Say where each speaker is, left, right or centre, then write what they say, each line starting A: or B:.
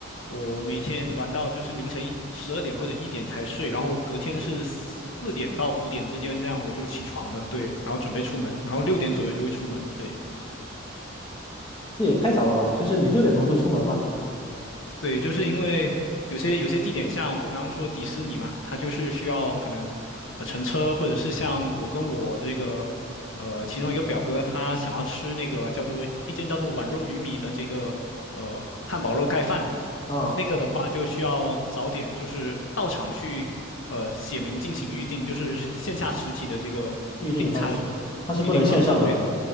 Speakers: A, on the left (about 85°); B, on the left (about 25°).
A: 我每天玩到就是凌晨十二点或者一点才睡，然后我隔天是四点到五点之间这样我就起床了，对，然后准备出门，然后六点左右就会出门，对。
B: 这也太早了吧？就是你六点钟就出门嘛？
A: 对，就是因为有些有些地点，像我刚刚说迪士尼嘛，它就是需要可能呃乘车，或者是像我跟我这个呃其中一个表哥，他想要吃那个叫做一间叫做碗肉鱼米的这个呃汉堡肉盖饭，
B: 啊，
A: 那个的话就需要早点就是到场去，呃，写明进行预定，就是线下实体的这个订餐
B: 预定方式它是不能线上的。
A: 预定方式。对，